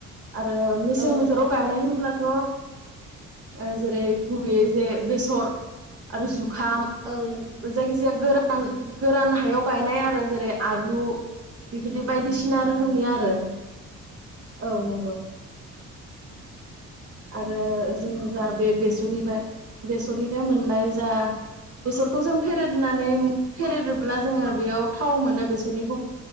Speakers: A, on the right; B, on the right.
A: आरो मेसें
B: औ
A: बोथोराव
B: नोंथां
A: गायनाय होनब्ला थ ओ जेरै गुबैयै जे बेसर आरो जुग खाम
B: औ नों
A: जायखि जाया गोरा रान गोरान हायाव गायनाय आरो जेरै आलु <unintelligible> दिप बायदिसिना रोखोमनि आरो। औ नंगौ। आरो जों जा बे बेस सरनिफ्राय बेसरनिफ्राय मोननाय जा बेसरखौ जों फेरेदनानै फेरेदोब्ला जोङो बेयाव थाव मोनो बेसरनि थौ